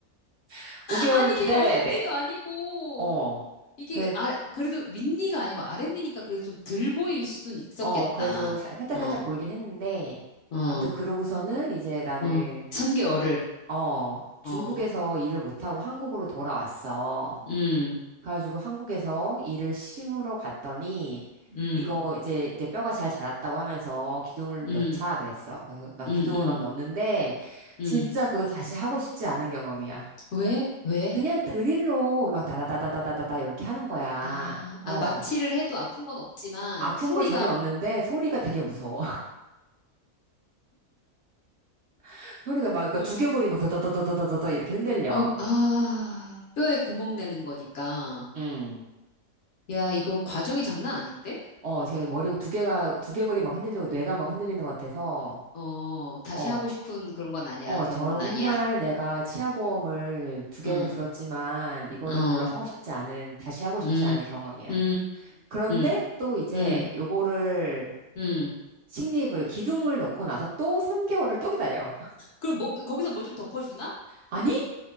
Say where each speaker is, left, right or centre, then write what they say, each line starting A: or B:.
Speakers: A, on the right; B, on the left.
A: <laughs> 5개월을
B: 아니,
A: 기다려야
B: 그게 어금니도
A: 돼.
B: 아니고.
A: 어.
B: 이게
A: 그래,
B: 아 그래도 윗니가 아니고 아랫니니까 그래도 좀 덜 보일 수는 있었겠다.
A: 어, 그래도 살- 살짝살짝
B: 어,
A: 보이긴 했는데,
B: 어,
A: 아무튼 그러고서는 이제 나는,
B: 어. 3개월을.
A: 어, 중국에서
B: 어,
A: 일을 못하고 한국으로 돌아왔어.
B: 음,
A: 가지고 한국에서 이를 심으러 갔더니
B: 음,
A: 이거 이제 이제 뼈가 잘 자랐다고 하면서 기둥을
B: 음,
A: 넣자 그랬어. 그래서 막
B: 음,
A: 기둥을
B: 음,
A: 막 넣었는데
B: 음.
A: 진짜 그거 다시 하고 싶지 않은 경험이야.
B: 왜? 왜?
A: 그냥 드릴로 막 다다다다다다다다 이렇게 하는 거야.
B: 아,
A: 어.
B: 아, 마취를 해도 아픈 건 없지만
A: 아픈
B: 소리가
A: 건 전혀 없는데 소리가 되게 무서워. <laughs> 소리가 막 그
B: 어,
A: 두개골이 막 더더더더더더더 이렇게 흔들려.
B: 어, 아, 뼈에 구멍 내는 거니까.
A: 음.
B: 야, 이거 과정이 장난 아닌데?
A: 어, 제 머리 두 개가 두개골이 막 흔들리고 뇌가 막 흔들리는 것 같아서
B: 어, 다시
A: 어.
B: 하고 싶은 그런 건 아니야.
A: 어,
B: 경험은
A: 정말
B: 아니야.
A: 내가 치아보험을 두
B: 어,
A: 개를 들었지만 이거는
B: 어,
A: 별로 하고 싶지 않은, 다시 하고 싶지
B: 음,
A: 않은 경험이야.
B: 음,
A: 그런데
B: 음.
A: 또 이제
B: 음.
A: 요거를
B: 음.
A: 식립을, 기둥을 넣고 나서 또 3개월을 또 기다려. <laughs>
B: 그럼 뭐, 거기서 뭐 좀 덮어주나?
A: 아니?